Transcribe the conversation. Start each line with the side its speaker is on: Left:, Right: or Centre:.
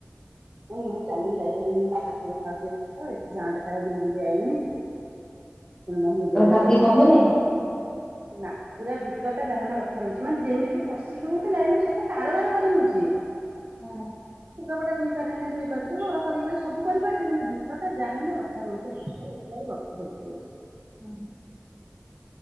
Right: ମୁଁ ଚାଲିକି ଯାଇପାରିବିନି ମୋ ଛାତି ବଥା ହଉଛି ତ ଏଠି ଗାଁ ଟା ସାରା ବୁଲି ବୁଲି ଆଇଲିଣି। <inaudible>
Left: ତୋ ଛାତି
Right: ମୋ ଦେଇ
Left: କମିନି?
Right: ନା ପୁରା ଭିତର ଟା ଯାହାନ ବଥା ରହୁଛି ମାନେ ଯେମିତି ପଶିକି ହଉଥିଲା ଏଇନେ ସବୁ କାରବାର କରିହଉଛି। ଁ <inaudible>
Left: ହଁ।
Right: ଲୁଗାପଟା ଧୋଇ ପାରେନି ଧୋଇ ପାରୁଛୁ ଘର କରିପାର ସବୁ କରିପାରୁଛି କିନ୍ତୁ ଭିତରଟା ଯାହାନେ ବଥା ରହୁଛି ଆଉ। ପିଲାଏ ବସି ଧରିଛୁ।
Left: ଓ ହଁ।